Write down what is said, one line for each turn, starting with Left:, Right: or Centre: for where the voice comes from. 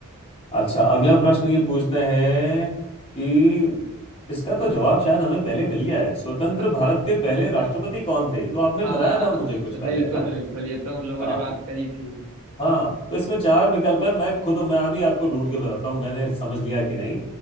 Left: अच्छा अगला प्रश्न ये पूछते हैं कि इसका तो जवाब शायद हमें पहले मिल गया है स्वतंत्र
Right: अच्छा
Left: भारत
Right: अच्छा
Left: के पहले राष्ट्रपति कौन थे तो आपने
Right: हाँ
Left: बताया था मुझे कुछ पहले
Right: बिल्कुल
Left: है ना
Right: बिल्कुल ये तो हम लोगों
Left: हाँ
Right: ने बात करी थी
Left: हाँ तो इसमें चार विकल्प है मैं खुद मैं अभी आपको ढूंढ के बताता हूँ मैंने समझ लिया कि नहीं